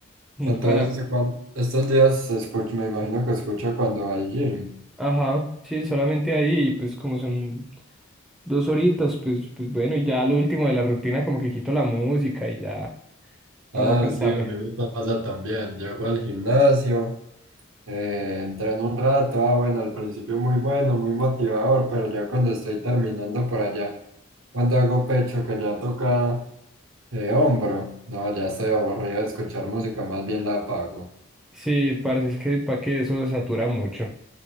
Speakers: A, in the centre; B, on the right (about 75°).
A: mm,
B: Entonces,
A: para,
B: cuan- estos días se escucha, me imagino que escucho cuando va al gym.
A: Ajá, sí, solamente ahí, y pues como son dos horitas, pues, pues bueno, y ya lo último de la rutina, como que quito la música y ya, para
B: Ah,
A: no cansarme.
B: sí, a mí me pasa también. Llego al gimnasio, eh, entreno un rato. Ah, bueno, al principio muy bueno, muy motivador, pero ya cuando estoy terminando por allá, cuando hago pecho, que ya toca. Eh, hombro, no, ya estoy aburrido de escuchar música, más bien la apago.
A: Sí, parece es que para que eso satura mucho.